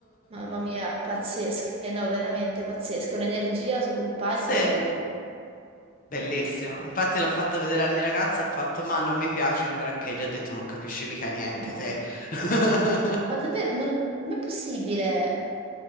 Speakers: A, on the right; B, on the left.
A: Mamma mia, pazzesche, no, veramente pazzesche. Un'energia su quel palco,
B: <laughs>
A: l-
B: Sì. Bellissimo. Infatti l'ho fatto vedere al mia ragazza, ha fatto, ma non mi piace un granché, gli ho detto, non capisci mica niente
A: no.
B: te. <laughs>
A: Ma davvero, non- com'è possibile?